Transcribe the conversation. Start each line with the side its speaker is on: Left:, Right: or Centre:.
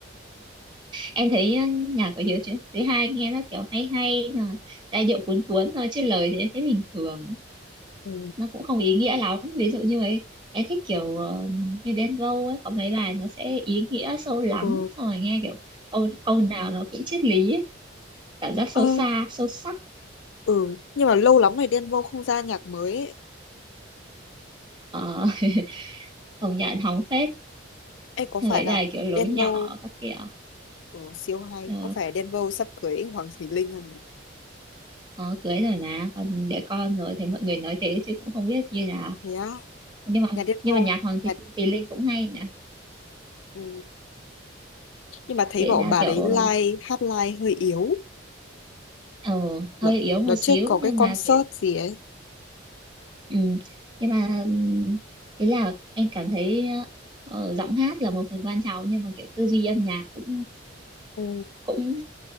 Right: em thấy ờ, nhạc của Hiếu chứ thứ hai nghe nó kiểu hay hay rồi giai điệu cuốn cuốn thôi chứ lời thì em thấy bình thường
Left: Ừ.
Right: nó cũng không ý nghĩa lắm ví dụ như ấy em thích kiểu ờ, như Đen Vâu ấy có mấy bài nó sẽ ý nghĩa sâu lắng
Left: Ừ.
Right: xong rồi nghe kiểu câu câu nào nó cũng triết lý ấy. cảm giác sâu
Left: Ờ,
Right: xa sâu sắc
Left: ừ nhưng mà lâu lắm rồi Đen Vâu không ra nhạc mới ấy.
Right: ờ, <laughs> công nhận hóng phết
Left: Ê, có
Right: Hay
Left: phải
Right: mấy
Left: là
Right: bài kiểu lối
Left: Denver
Right: nhỏ các kiểu
Left: của siêu hay
Right: Ờ,
Left: có phải Denver sắp cưới Hoàng Thùy Linh không nhỉ
Right: ờ, cưới rồi mà còn để con rồi thì mọi người nói thế chứ cũng không biết như nào
Left: thế á
Right: nhưng mà
Left: nhà Denver
Right: nhưng mà nhạc Hoàng Thùy,
Left: nhà...
Right: Thùy Linh cũng hay nhỉ
Left: Ừ. nhưng mà thấy
Right: kể
Left: bảo
Right: ra
Left: bà
Right: kiểu
Left: đấy live hát live hơi yếu
Right: ờ hơi
Left: đợt
Right: yếu một
Left: đợt
Right: xíu
Left: trước có cái
Right: nhưng
Left: concert
Right: mà kể
Left: gì ấy
Right: ừ, nhưng mà ừm, ý là em cảm thấy ờ, giọng hát là một phần quan trọng nhưng mà kiểu tư duy âm nhạc cũng
Left: ừ.
Right: cũng